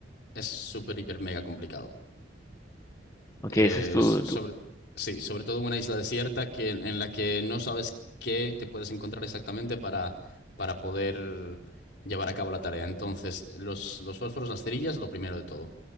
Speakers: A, on the left; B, on the left.
A: es súper, hiper, mega complicado.
B: Ok,
A: Eh,
B: ese es tu,
A: sobre,
B: tu-
A: sí, sobre todo en una isla desierta que, en la que no sabes qué te puedes encontrar exactamente para, para poder llevar a cabo la tarea. Entonces, los, los fósforos, las cerillas, lo primero de todo.